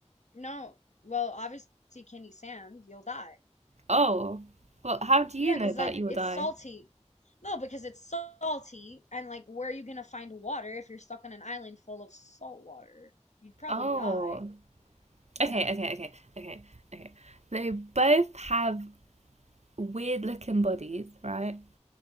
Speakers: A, on the left; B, on the right.
A: No. Well, obviously you can't eat sand, you'll die.
B: oh well how do you
A: Yeah,
B: know
A: because
B: that
A: like
B: you will
A: it's
B: die
A: salty. No, because it's salty and like where are you gonna find water if you're stuck on an island full of salt water? You'd probably
B: oh
A: die. Yeah.
B: okay okay okay okay okay they both have weird looking bodies right